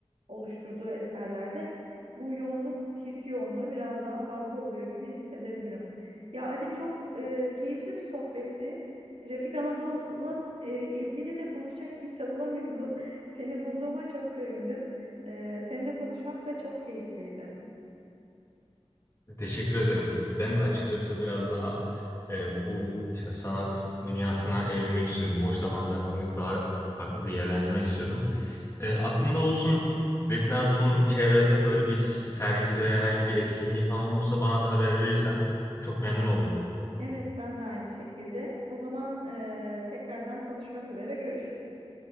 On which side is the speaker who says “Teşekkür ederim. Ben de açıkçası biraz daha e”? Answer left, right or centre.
Left